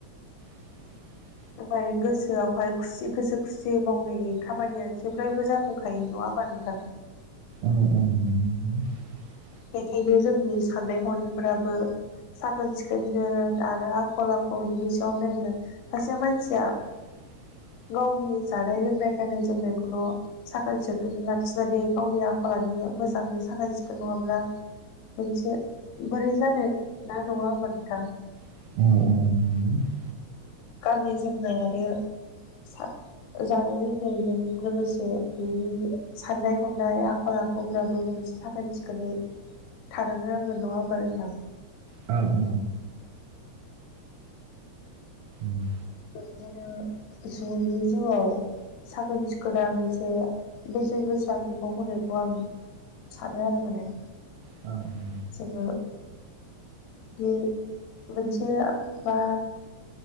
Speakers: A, on the right; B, on the left.
A: <inaudible>
B: माने गोसोआवहाय खुसि गोसो खुसियै मावनाय खामानिया जेब्लायबो जाफुंखायो नङा बा नोंथां
A: <unintelligible>
B: बेखायनो जोंनि साननाय हनायफोराबो साखोन सिखोननो आरो आखल आखुनि बिथिङाव नायगोन सासे मानसिया
A: <unintelligible>
B: गावनि जानाय लोंनाय गाननाय जोमनायखौल' साखोन सिखोन लाखिनानै गावनि आखलानो मोजाङै साखोन सिखोन नङा ब्ला मोनसे बोरै जानाय ना नङा‌ होमबा नोंथां
A: <unintelligible>
B: गाननाय जोमनाय आरो सा जानाय लोंनायजों लोगोसे बेनि साननाय हनाय आखल आखुफ्राबो साखोन सिखोनै थानोबो नांगोन नङा होमबा नोंथां
A: औ औ <unintelligible>
B: बिदिनो जुनि जिउआव साखोन सिखोना एसे बेसेन गोसा बिबाव होनायखौ आं सानो आरो माने
A: औ
B: जोङो बे मोनसे बा